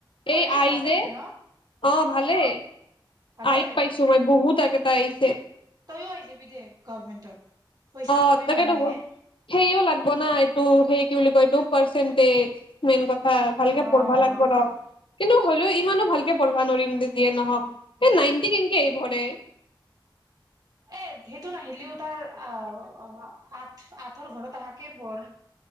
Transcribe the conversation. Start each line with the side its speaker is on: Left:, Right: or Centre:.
Right: ভালেই
Left: এই আই
Right: ভালে
Left: যে
Right: তে ন
Left: অ ভালে
Right: ভালে
Left: আইত পাইছো মই বহুত আগতে তাইছে
Right: তইয়ও আহি যাবি দে গভমেন্টত পইচাও
Left: অ
Right: পাবি
Left: তাকেইেতবো
Right: মাহে মাহে
Left: সেও লাগ বনাই ত সেই কি বুলি কয় ত পাৰ্চেণ্টেজ মেইন কথা ভালকে
Right: অ
Left: পঢ়বা লাগব ৰ কিন্তু হ'লেও মানে ভালকে প্ৰহিবা নোৱাৰম দেজিয়ে নহক এই নাইনটি কেনকে এই বে
Right: এ সেইটো নাহিলিও তাৰ আহ আঠ আঠৰ ঘৰত অহাকেই বৰ